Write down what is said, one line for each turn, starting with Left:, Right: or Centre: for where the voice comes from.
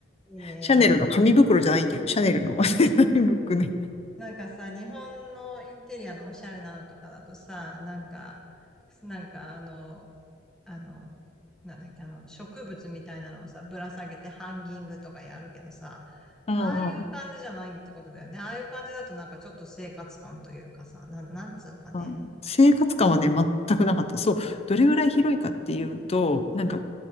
Centre: ええ
Left: シャネルの紙袋じゃないんだよ。シャネルの <laughs> 紙袋ね。
Centre: なんかさ、日本のインテリアのおしゃれなのとかだとさ、なんか、なんかあの、あの、なんだっけ、あの、植物みたいなのをさ、ぶら下げてハンギングとかやるけどさ、
Left: うんうん
Centre: ああいう感じじゃないってことだよね。ああいう感じだとなんかちょっと生活感というかさ、なん、なんつうんかね。
Left: あ生活感はね、全くなかった。そう。どれぐらい広いかっていうと、なんか、